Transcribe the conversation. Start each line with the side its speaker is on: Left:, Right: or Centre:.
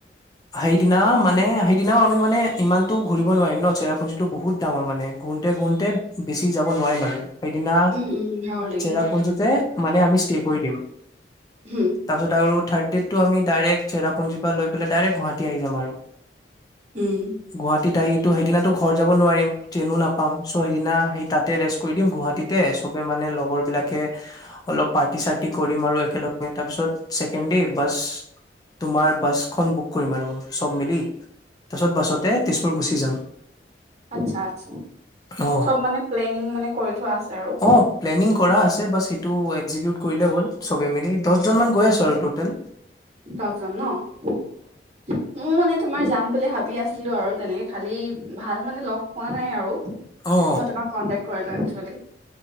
Left: হাইট, সিদিনা মানে সেইদিনাও আমি মানে ইমানতো ঘূৰিব নোৱাৰিম ন', চেৰাপুঞ্জীটো বহুত ডাঙৰ মানে ঘুৰুন্তে - ঘূৰুন্তে বেছি যাব নোৱাৰিম আৰু। সেইদিনা
Right: উম উম ভাগৰ লাগিব
Left: চেৰাপুঞ্জীতে, - মানে আমি ষ্টে কৰি দিম।
Right: হুম
Left: তাৰপিছত আৰু, থাৰড -ডেইটটো আমি ডাইৰেক্ট চেৰাপুঞ্জীৰ পৰা লৈ পেলাই ডাইৰেক্ট গুৱাহাটী, টি আহি যাম আৰু।
Right: উম।
Left: গুৱাহাটী, সেইটো সেইদিনাটো ঘৰ যাব নোৱাৰিম ট্ৰেইনো নাপাম চ সেইদিনা সেই তাতে ৰেষ্ট কৰি দিম, গুৱাহাটীতে চবে মানে লগৰবিলাকে অলপ পাৰ্টি- চাৰ্তি কৰিম আৰু একেলগে তাৰপিছত ছেকেণ্ডডে বাছ তোমাৰ বাছখন বুক কৰিম আৰু চব মিলি তছোত বছতে তেজপুৰ গুচি যাম।
Right: আছা -আছা
Left: অ
Right: চব মানে প্লেনিং মানে কৰি থোৱা আছে। আৰু
Left: অ', প্লেনিং কৰা আছে বচ এইটো এক্সজকিউট কৰিলে হ'ল চবে মিলি দহজন মান গৈ আছো আৰু টটেল
Right: দহজন ন মোৰ মানে তোমাৰ যাম বুলি ভাবি আছিলো আৰু তেনেকে খালি ভাল মানে লগ পোৱা নাই আৰু
Left: অ
Right: মই তোমাক কন্টেক্ট কৰিলো হয়। চ